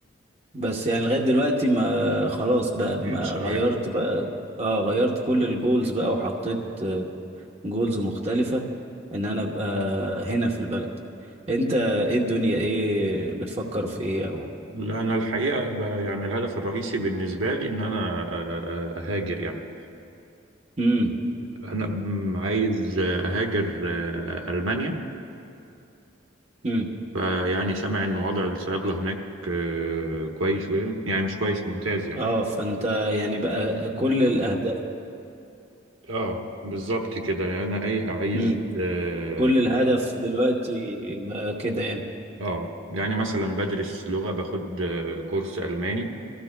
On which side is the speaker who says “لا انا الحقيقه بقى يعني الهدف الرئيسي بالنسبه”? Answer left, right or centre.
Right